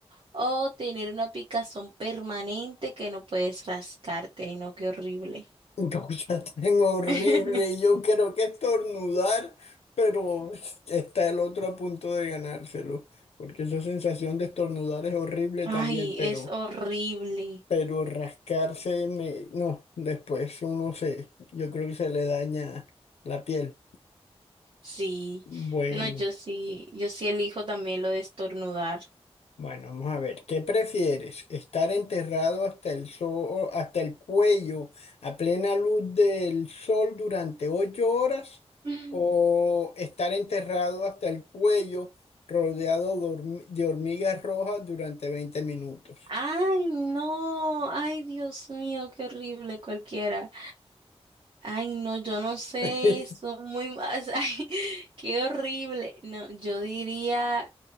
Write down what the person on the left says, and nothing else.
Cosa tan horrible.
y Yo creo que estornudar, pero está el otro a punto de ganárselo. Porque esa sensación de estornudar es horrible
también, pero,
pero rascarse, me- no, después uno se, yo creo que se le daña la piel.
Bueno,
bueno, vamos a ver. ¿Qué prefieres? ¿Estar enterrado hasta el sol, hasta el cuello a plena luz del sol durante ocho horas?
¿O estar enterrado hasta el cuello rodeado de horm- de hormigas rojas durante 20 minutos?
<laughs>